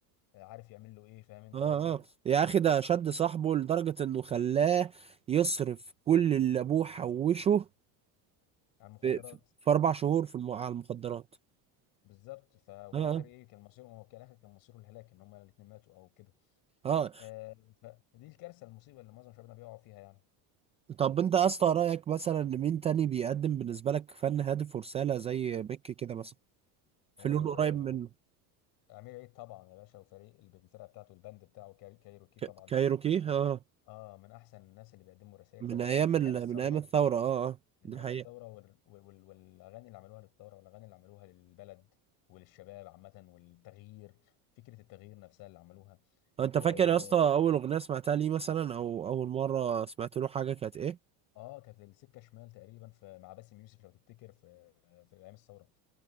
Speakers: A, on the left; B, on the right.
A: عارف يعمل له ايه فاهم انت
B: اه
A: قصدي
B: اه يا اخي ده شد صاحبه لدرجة انه خلاه يصرف كل اللي ابوه حوشه
A: عن المخدرات
B: في في, في اربع شهور في الم... على المخدرات
A: بالظبط ف... وفي
B: اه
A: الاخر ايه كان مصيره هو في الاخر كان مصيره الهلاك ان هما الاثنين ماتوا او كده
B: اه
A: آه فدي الكارثه المصيبه اللي معظم شبابنا بيقعوا فيها يعني
B: اه طب انت يا اسطى رايك مثلا إن مين تاني بيقدم بالنسبه لك فن هادف ورساله زي بيك كده مثلا في
A: آه،
B: لون قريب من
A: امير عيد طبعا يا باشا وفريق الب- الفرقه بتاعته البند بتاعه كاي- كايروكي طبعا
B: ك... كايروكي
A: م-
B: اه
A: اه من احسن الناس اللي بيقدموا رسائل
B: من
A: طبعا
B: ايام
A: من
B: ال...
A: ايام الثوره
B: من ايام الثوره اه اه
A: من
B: دي
A: ايام
B: حقيقه
A: الثوره وال... وال... وال... والاغاني اللي عملوها للثوره والاغاني اللي عملوها للبلد وللشباب عامه والتغيير فكره التغيير نفسها اللي عملوها
B: طب انت
A: اه,
B: فاكر يا اسطى اول اغنيه سمعتها ليه مثلا او اول مره سمعت له حاجه كانت ايه
A: آه كانت السكه شمال تقريبا في مع باسم يوسف لو تفتكر في في ايام الثوره